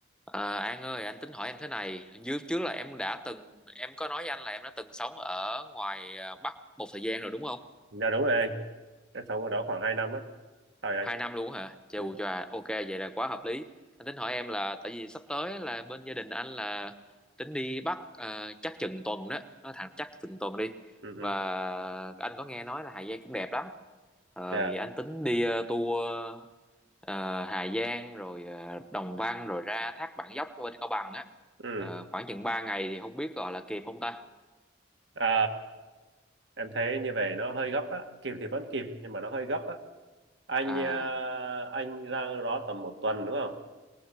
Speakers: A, in the centre; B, on the right.
A: À, An ơi, anh tính hỏi em thế này. Dưới trước là em đã từng, em có nói với anh là em đã từng sống ở ngoài à, Bắc một thời gian rồi đúng không?
B: Dạ đúng rồi anh, em sống ở đó khoảng 2 năm á, rồi anh.
A: Hai năm luôn hả? Chù
B: Ừ,
A: chà, ok, vậy là quá hợp lý. Anh tính hỏi em là, tại vì sắp tới là bên gia đình anh là tính đi Bắc à, chắc chừng tuần đó, nó thẳng chắc chừng tuần đi.
B: ừ, ừ,
A: Và anh có nghe nói là Hà Giang cũng đẹp lắm. Ờ,
B: dạ,
A: vậy anh tính đi ờ, tour ờ, Hà Giang rồi ờ, Đồng Văn rồi ra Thác Bản Dốc bên Cao Bằng á
B: ừ.
A: Ờ, khoảng chừng 3 ngày thì không biết gọi là kịp không ta
B: Ờ, em thấy như vậy nó hơi gấp á, kịp thì vẫn kịp nhưng mà nó hơi gấp á. Anh
A: à
B: ờ, anh ra đó tầm một tuần đúng không?